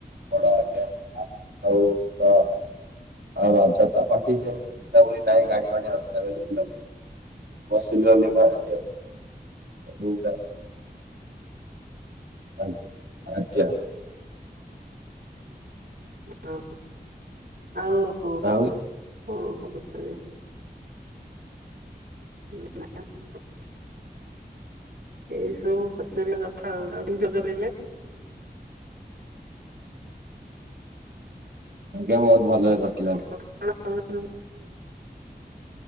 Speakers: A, on the right; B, on the right.
A: ବଡ ଆଜ୍ଞା ଆ, ଆଉ ତ ଆଉ ରଜ ତ କଟେଇଚ ତା ବୁଲା ନାଇଁ ଗାଡି ଫାଡି ନଥିଲା ବୋଲି ଯାଉ। ବସିଲି ଖାଲି ଘରଠି ଆଉ। ଯୋଉଟା ଆଜ୍ଞ, ଆଜ୍ଞା।
B: ହଁ ଆଉ
A: ଆଉ।
B: କଣ ପ- ପଛାରିବି? ନା <inaudible> ଏଇ ସବୁ ପଚାରିଲ କଥା ଆଉ, ଆଉ <inaudible>
A: ଆଜ୍ଞା ବହୁତ ଭଲରେ କଟିଲା।
B: <inaudible>